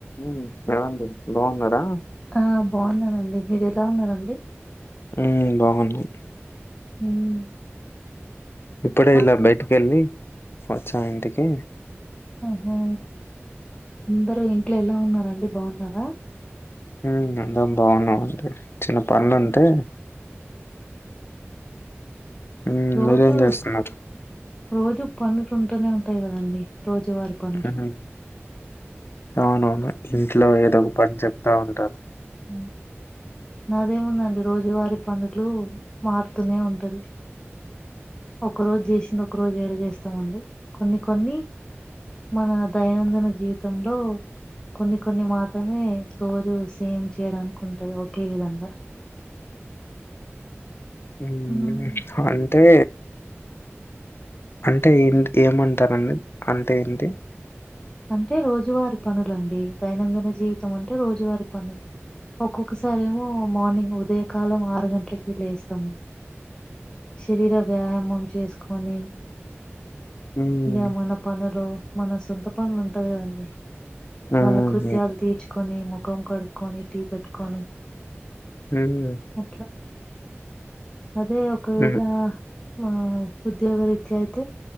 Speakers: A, on the left; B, on the left.
A: ఉమ్ ఏమండీ బాగున్నారా.
B: ఆ బాగున్నానండి మీరు ఎలా ఉన్నారండి.
A: ఉమ్ బాగున్నా
B: ఉమ్
A: ఇప్పుడే
B: అ
A: ఇలా బయటికి వెళ్ళి వచ్చా ఇంటికి
B: ఉహు అందరు ఇంట్లో ఎలా ఉన్న రండి బాగున్నారా
A: ఉమ్ అందరం బాగున్నావు అంటే చిన్న పనులుంటే ఉమ్,
B: రోజు
A: మీరేం చేస్తున్నారు
B: రోజు పనులు కుంటూనే ఉంటాయి కదండి రోజువారి పనులు
A: ఉమ్, అవునవును ఇంట్లో ఏదో ఒక పని చెప్తా ఉంటారు
B: ఉమ్ నాదేముందండి రోజువారి పనులు మారుతూనే ఉంటది ఒక రోజు చేసింది ఒక రోజు ఏడ చేస్తామండి కొన్ని కొన్ని మన దైనందిన జీవితంలో కొన్ని కొన్ని మాత్రమే రోజు సేమ్ చేయడానికి ఉంటది ఒక్ కే విధంగా
A: ఉమ్
B: హ్మ్.
A: అంటే అంటే ఏ ఏమంటారండి అంటే ఏంటి
B: అంటే రోజువారి పనులండి దైనందిన జీవితం అంటే రోజువారి పనులు ఒక్కొక్కసారేమో మార్నింగ్ ఉదయకాలం ఆరు గంటలకి లేస్తామ్ శరీర వ్యాయామం చేసుకొని
A: ఉమ్,
B: ఇగా మన పనులో మన సొంత పనులు ఉంటది కదండి
A: ఉమ్,
B: కాలకృత్యాలు తీర్చుకొని ముఖం కడుకొని టీ పెట్టుకొని
A: ఉమ్,
B: అట్లా అదే ఒకవేళ
A: ఉమ్,
B: ఆ ఉద్యోగ రీత్య అయితే